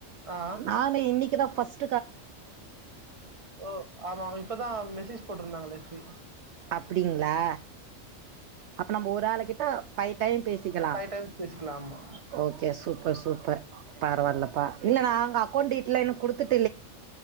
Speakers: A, on the right (about 25°); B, on the right (about 65°).
A: ஆ ஆ.
B: நானே இன்னைக்குதா ஃபஸ்ட்
A: ஓ ஆமா இப்பதா மெசேஜ் போட்டுருந்தாங்க டெஸி
B: அப்டிங்ளா அப்ப நம்ம ஒரு ஆளு கிட்ட பைவ் டைம் பேசிக்கலா
A: ஃபைவ் டைம்ஸ் பேசிக்கலாம் ஆமா
B: ஓகே சூப்பர் சூப்பர் பரவாயில்லா பா இல்ல நா அக்கௌண்டு டீடெய்ல் இன்னு குடுத்துட்